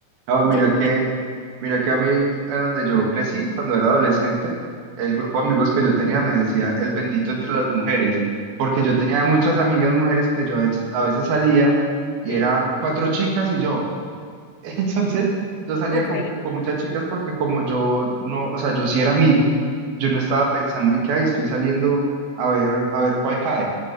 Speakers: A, on the right; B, on the left.
A: No,
B: yo
A: mira
B: no,
A: que, mira que a mí, eh, donde yo crecí, cuando era adolescente, el grupo de amigos que yo tenía me decía el bendito entre las mujeres, porque yo tenía muchas amigas mujeres que yo a vec- a veces salía y
B: sí,
A: eran cuatro chicas y yo. <laughs> Entonces, yo salía
B: ok,
A: con, con muchas chicas porque como yo no, o sea, yo sí era amigo, yo no estaba pensando en que, ay, estoy saliendo a ver, a ver cuál cae.